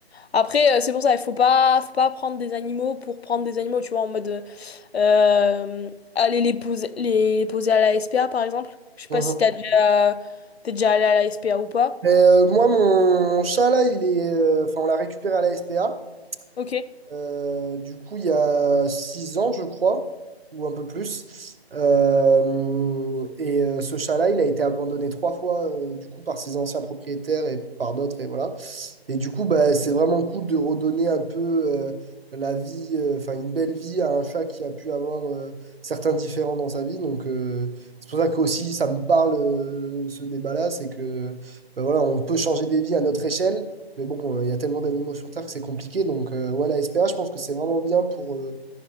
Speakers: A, on the left (about 75°); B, on the right (about 65°).
A: Après, euh, c'est pour ça, il faut pas, faut pas prendre des animaux pour prendre des animaux, tu vois, en mode. euh, Euh, aller les poser, les poser à la SPA, par exemple. Je sais
B: Mhm.
A: pas si t'as déjà, t'es déjà allé à la SPA ou pas.
B: euh, moi, mon, mon chat, là, il est, euh, enfin, on l'a récupéré à la SPA.
A: Ok.
B: Euh, du coup, il y a six ans, je crois, ou un peu plus. Euh, et euh, ce chat-là, il a été abandonné trois fois, euh, du coup, par ses anciens propriétaires et par d'autres, et voilà. Et du coup, bah, c'est vraiment cool de redonner un peu euh, la vie, euh, enfin, une belle vie à un chat qui a pu avoir euh, certains différents dans sa vie. Donc, euh, c'est pour ça que aussi, ça me parle, euh, ce débat-là, c'est que, bah, voilà, on peut changer des vies à notre échelle mais bon, euh, il y a tellement d'animaux sur Terre que c'est compliqué. Donc, euh, ouais, la SPA, je pense que c'est vraiment bien pour, euh,